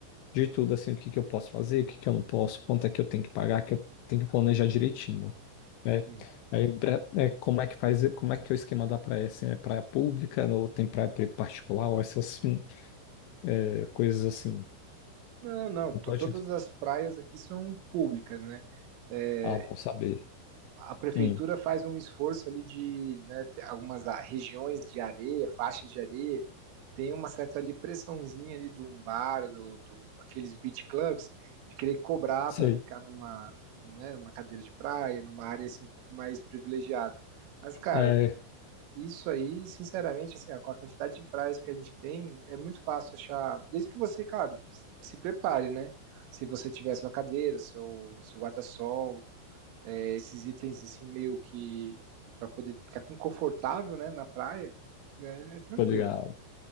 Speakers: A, on the left; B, on the right.
A: de tudo, assim, o que que eu posso fazer, o que que eu não posso, quanto é que eu tenho que pagar, que eu tenho que planejar direitinho, né?
B: Hum.
A: Aí, pra- é, como é que faz, como é que é o esquema da praia, assim, é praia pública, ou tem praia pri- particular, ou essas, hum, é, coisas assim,
B: Não, não.
A: não
B: to-
A: pode
B: Todas
A: entrar.
B: as praias aqui são públicas, né? É,
A: Ah, bom saber.
B: a prefeitura
A: Hum,
B: faz um esforço ali de, né, ter algumas a- regiões de areia, faixas de areia, tem uma certa ali pressãozinha ali do um bar, do, do aqueles beach clubs, de querer cobrar
A: sei.
B: para ficar numa, né, numa cadeira de praia, numa área assim um pouco mais privilegiada. Mas, cara,
A: É,
B: Isso aí, sinceramente, assim, ó, com a quantidade de praias que a gente tem, é muito fácil achar, desde que você, claro, se prepare, né? Se você tiver sua cadeira, seu, seu guarda-sol, é, esses itens assim meio que para poder ficar com- confortável, né, na praia, né, é tranquilo.
A: tô ligado.